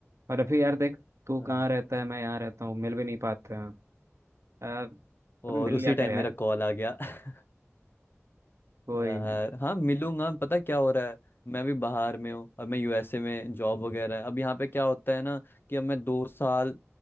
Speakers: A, on the right; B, on the left.
A: और अभी यार देख तू
B: हाँ।
A: कहाँ रहता है मैं यहाँ रहता हूँ मिल भी नहीं पाते हैं यार, कभी
B: और
A: मिल
B: उसी
A: लिया कर
B: टाइम
A: यार
B: मेरा कॉल आ गया <laughs>
A: कोई
B: यार
A: नहीं
B: हाँ मिलूंगा पता क्या हो रहा है मैं भी बाहर में हूँ अब मैं यूएसए में जॉब वगैरह है अब यहाँ पे क्या होता है ना कि अब मैं दो साल